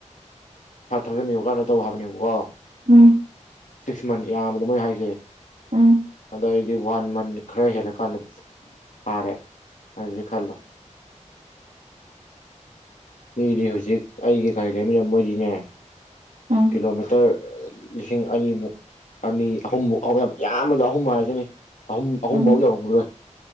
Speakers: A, on the left (about 80°); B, on the right (about 80°).
A: ꯐꯥꯏꯚ ꯊꯥꯎꯖꯟ ꯌꯣꯒꯥꯅ ꯇꯧ ꯍꯥꯏꯕꯅꯦꯕꯀꯣ
B: ꯎꯝ
A: ꯁꯤꯛꯁ ꯃꯟ ꯌꯥꯝꯃꯕꯗ ꯃꯣꯏ ꯍꯥꯏꯁꯦ
B: ꯎꯝ
A: ꯑꯗꯤ ꯋꯥꯍꯟ ꯃꯟ ꯈꯔ ꯍꯦꯜꯂ ꯀꯥꯟꯗ ꯐꯔꯦ ꯑꯗꯨꯗꯤ ꯈꯥꯜꯂꯣ ꯃꯤꯗꯤ ꯍꯧꯖꯤꯛ ꯑꯩꯒꯤ ꯒꯥꯔꯤ ꯂꯩꯃꯤꯟꯅ ꯃꯣꯏꯗꯤꯅꯦ
B: ꯎꯝ
A: ꯀꯤꯂꯣꯃꯤꯇꯔ ꯂꯤꯁꯤꯡ ꯑꯅꯤꯃꯨꯛ ꯑꯅꯤ ꯑꯍꯨꯝꯃꯨꯛ ꯌꯥꯝ ꯌꯥꯝꯕꯗ ꯑꯍꯨꯝ ꯍꯥꯏꯁꯤꯅꯦ ꯑꯍꯨꯝ ꯑꯍꯨꯝꯐꯥꯎ
B: ꯎꯝ
A: ꯌꯧꯔꯝꯒꯤꯔꯣꯏ